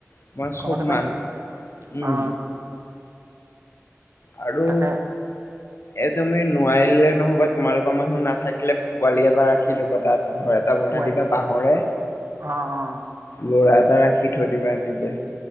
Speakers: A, on the left; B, on the right.
A: তোমাৰ
B: কমতে
A: চব
B: পাই
A: মাছ
B: নেকি
A: উম।
B: অ
A: আৰু
B: তাকে
A: এই তুমি নোৱাৰিলে নহ'বা তোমালোকৰ মানুহ নথাকিলে, পোৱালি এটা ৰাখি ল'বা তাত। ঘৰ এটা বনাই
B: পোৱাই
A: দিবা বাঁহৰে
B: অ অ
A: লৰা-' টা ৰাখি থৈ দিবা এনেকে।